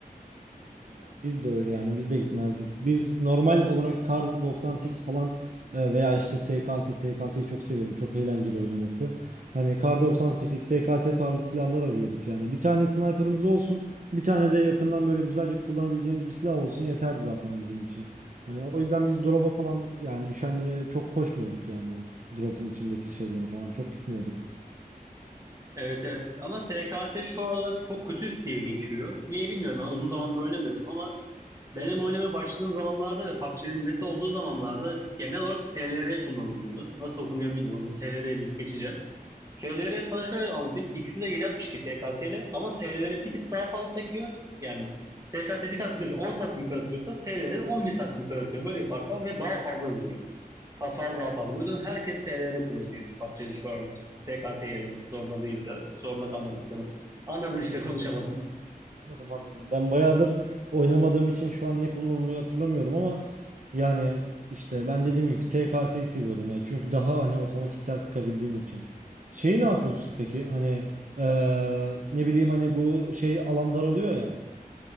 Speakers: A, on the right (about 55°); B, on the right (about 20°).
A: Ha, Biz de öyle yani biz de gitmezdik. Biz normal olarak Kar 98 falan e, veya işte SKS, SKS'yi çok severim. Çok eğlenceli oynaması. Hani Kar 98, SKS tarzı silahlar arıyorduk yani. Bir tane sniper'ımız olsun, bir tane de yakından böyle güzelce kullanabileceğimiz bir silah olsun yeterdi zaten bizim için. Hani o yüzden biz drop'a falan yani düşenlere çok koşmuyorduk yani. Drop'un içindeki şeylere falan çok gitmiyorduk.
B: Evet evet ama TKS şu aralar çok kötü diye geçiyor. Niye bilmiyorum ben uzun zamandır oynamıyorum ama benim oynamaya başladığım zamanlarda ve PUBG'nin meta olduğu zamanlarda genel olarak SLR kullanılıyordu. Nasıl okunuyor bilmiyorum. SLR deyip geçeceğim. SLR sana şöyle anlatayım. İkisi de 7.62 SKS ile ama SLR bir tık daha fazla sekiyor. Yani SKS bir tane sıkınca 10 santim yukarı atıyorsa SLR 11 santim yukarı atıyor. Böyle bir fark var ve daha fazla vuruyor. Hasar daha fazla. Bu yüzden herkes SLR kullanıyor PUBG'de şu aralar. SKS yerine. Zorunda değilse. Zorunda kalmadık canım. Anladın işte <laughs> konuşamadım.
A: Anladım anladım. Ben bayağıdır oynamadığım için şu an ne kullanılıyor hatırlamıyorum ama yani işte ben dediğim gibi SKS'yi seviyordum ya. Çünkü daha hani otomatiksel sıkabildiğin için. Şeyi ne yapıyorsun peki? Hani eee, ne bileyim hani bu şey alan daralıyor ya.